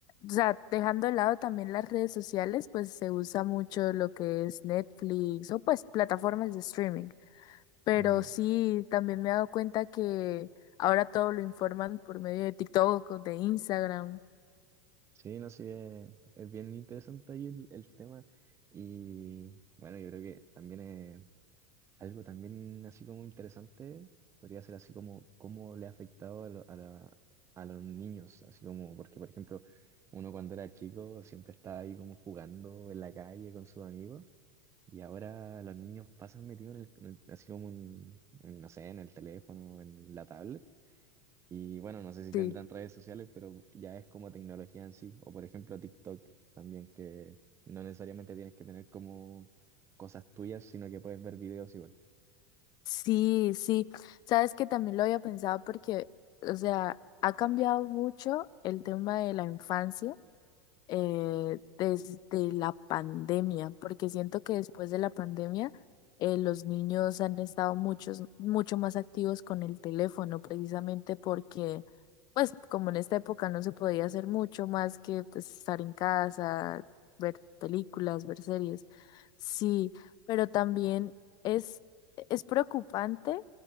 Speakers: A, on the left (about 45°); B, on the right (about 30°).
A: o sea, dejando de lado también las redes sociales, pues se usa mucho lo que es Netflix o pues plataformas de streaming. Pero
B: Mm,
A: sí, también me he dado cuenta que ahora todo lo informan por medio de TikTok o de Instagram.
B: Sí, no sé, es, es bien interesante ahí el, el tema. Y bueno, yo creo que también es algo también así como interesante, podría ser así como cómo le ha afectado a, lo- a, la- a los niños, así como, porque por ejemplo, uno cuando era chico siempre estaba ahí como jugando en la calle con sus amigos y ahora los niños pasan metidos en el- en el- así como en, en, no sé, en el teléfono, en la tablet. Y bueno, no sé si
A: Sí.
B: tendrán redes sociales, pero ya es como tecnología en sí. O por ejemplo TikTok también, que no necesariamente tienes que tener como cosas tuyas, sino que puedes ver videos igual.
A: Sí, sí. Sabes que también lo había pensado porque, o sea, ha cambiado mucho el tema de la infancia eh, desde la pandemia, porque siento que después de la pandemia eh, los niños han estado muchos, mucho más activos con el teléfono, precisamente porque, pues, como en esta época no se podía hacer mucho más que pues, estar en casa, ver películas, ver series. Sí, pero también es, es preocupante